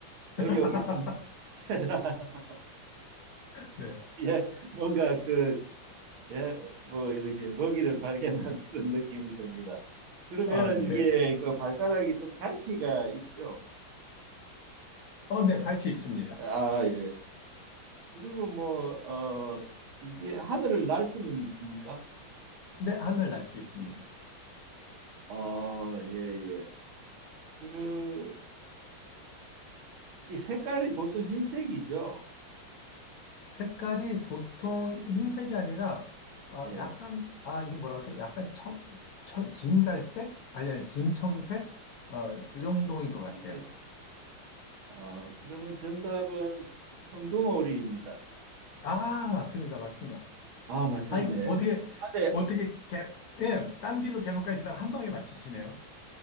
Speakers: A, on the right; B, on the left.
A: 의욕이
B: <laughs>
A: 샘니다 <laughs>
B: 네.
A: 예 뭔가 그 예, 뭐 이렇게 먹이를 발견한 <laughs> 그런 느낌이 듭니다. 그러면은
B: 아, 네.
A: 이게 그 발가락이 좀 갈퀴가 있죠.
B: 어, 네. 갈 수 있습니다.
A: 아, 예. 그리고 뭐, 어, 이게 하늘을 날 수는 있습니까?
B: 네, 하늘 날 수 있습니다.
A: 아, 예, 예. 그러면은 이게 색깔이 보통 흰색이죠.
B: 색깔이 보통 흰색이 아니라 어,
A: 네.
B: 약간 아 이게 뭐라고 해야 돼? 약간 청, 청 진갈색? 아니 아니 진청색? 어, 그 정도인 것 같아요.
A: 이게 어, 그러면 정답은 청둥오리입니다.
B: 아 맞습니다 맞습니다.
A: 아, 맞췄네.
B: 아이 어떻게
A: 아재,
B: 어떻게 개, 예, 딴 길로 계속 가시다가 한 방에 맞히시네요.